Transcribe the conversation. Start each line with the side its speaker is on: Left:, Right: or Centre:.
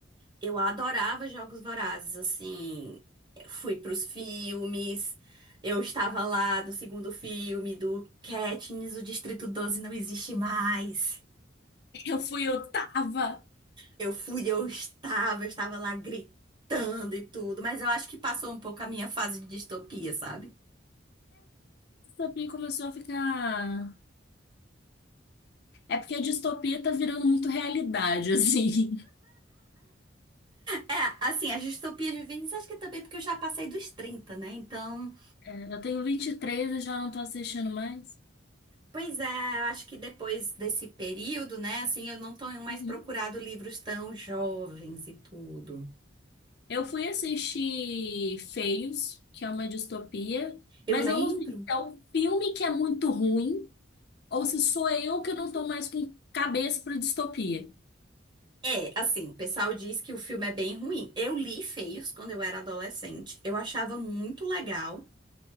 Right: Eu adorava Jogos Vorazes, assim, fui pros filmes, eu estava lá no segundo filme do Katniss, o Distrito 12 não existe mais.
Left: Eu fui oitava.
Right: Eu fui, eu estava, eu estava lá gritando e tudo, mas eu acho que passou um pouco a minha fase de distopia, sabe?
Left: Distopia começou a ficar. É porque a distopia tá virando muito realidade, <laughs> assim.
Right: É, assim, as distopias juvenis, acho que é também porque eu já passei dos 30, né? Então,
Left: É, eu tenho 23 e três e já não tô assistindo mais.
Right: pois é, eu acho que depois desse período, né, assim, eu não tenho mais
Left: Uhum.
Right: procurado livros tão jovens e tudo.
Left: Eu fui assistir Feios, que é uma distopia,
Right: Eu
Left: mas
Right: lembro.
Left: eu não sei se é o filme que é muito ruim ou se sou eu que não tô mais com cabeça para distopia.
Right: É, assim, o pessoal diz que o filme é bem ruim. Eu li Feios quando eu era adolescente. Eu achava muito legal.